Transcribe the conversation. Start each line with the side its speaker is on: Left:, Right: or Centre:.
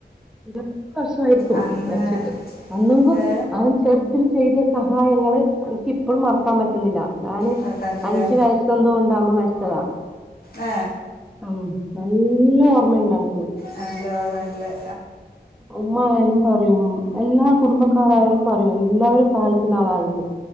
Centre: <unintelligible> വർഷായിരിക്കും
Left: അങ്ങനെ
Centre: മരിച്ചിട്ട് അന്നെങ്കും
Left: ഏ
Centre: അവൻ ചെറുതില് ചെയ്ത സഹായങ്ങള് എനിക്കിപ്പളും മറ- ക്കാൻ പറ്റുന്നില്ല ഞാന്
Left: നടക്കാനില്ലല്ലേ
Centre: അഞ്ചു വയസ്സെന്തോ ഉണ്ടാകുമ്പോ മരിച്ചതാ
Left: ആ
Centre: ഉം നല്ല ഓർമ്മയുണ്ടാവും
Left: നല്ല ഓർമണ്ടല്ലേ
Centre: ഉമ്മ ആയാലും പറയും എല്ലാ കുടുംബക്കാരായാലും പറയും എല്ലാവരും സഹായിക്കുന്ന ആളായിരുന്നു